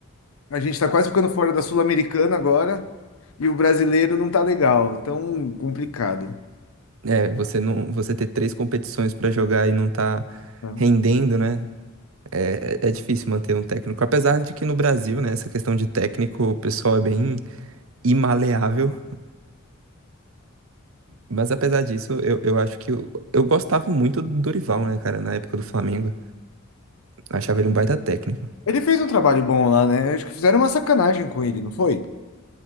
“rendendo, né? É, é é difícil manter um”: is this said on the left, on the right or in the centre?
Right